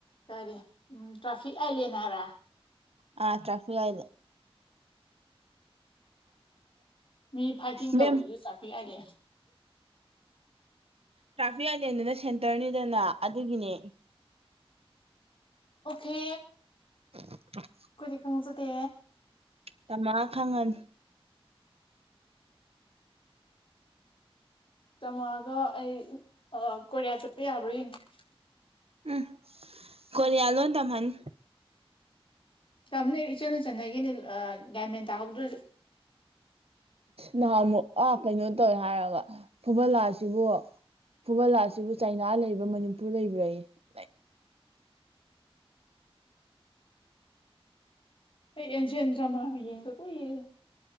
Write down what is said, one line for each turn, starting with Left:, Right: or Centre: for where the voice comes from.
Left: ꯀꯔꯤꯦ ꯎꯝ ꯇ꯭ꯔꯥꯐꯤꯛ ꯑꯥꯏꯂꯅ ꯍꯥꯏꯕꯦ
Right: ꯑ ꯇ꯭ꯔꯥꯐꯤꯛ
Left: ꯃꯤ ꯐꯥꯏꯇꯤꯡ ꯇꯧꯔꯤꯁꯨ
Right: ꯃꯦꯝ
Left: ꯆꯥꯛꯄꯤ ꯀꯥꯏꯅꯦ
Right: ꯇ꯭ꯔꯥꯐꯤꯛ ꯑꯥꯏꯂꯦꯟꯗꯨꯅ ꯁꯦꯟꯇꯔꯅꯤꯗꯅ ꯑꯗꯨꯒꯤꯅꯦ
Left: ꯑꯣꯀꯦ
Right: <inaudible>
Left: ꯀꯗꯤ ꯈꯪꯖꯗꯦ
Right: ꯇꯃ ꯈꯪꯉꯟ
Left: ꯇꯝꯃꯣꯒ ꯑꯩ ꯀꯣꯔꯤꯌꯥ ꯆꯠꯄ ꯌꯥꯕ꯭ꯔꯣ ꯌꯦꯡꯒꯦ
Right: ꯎꯝ ꯀꯌꯥꯂꯣ ꯇꯃꯅꯤ
Left: ꯇꯝꯅꯦ ꯏꯆꯟꯅ ꯆꯟꯅꯈꯤꯅꯦ ꯒꯥꯏꯃꯦꯟ ꯇꯥꯍꯧꯗ꯭ꯔꯁꯨ
Right: ꯅꯍꯥꯟ ꯑꯃꯨꯛ ꯑꯥ ꯀꯩꯅꯣ ꯇꯧꯋꯦ ꯍꯥꯏꯔꯒ ꯐꯨꯕꯂꯥꯁꯤꯕꯨ ꯐꯨꯕꯂꯥ ꯑꯁꯤꯕꯨ ꯆꯩꯅꯥ ꯂꯩꯕ꯭ꯔꯥ ꯃꯅꯤꯄꯨꯔ ꯂꯩꯕ꯭ꯔꯥ
Left: ꯑꯩ ꯑꯦꯖꯦꯟꯗ꯭ꯔꯃꯥ ꯍꯌꯦꯡꯕ ꯀꯏꯔꯦ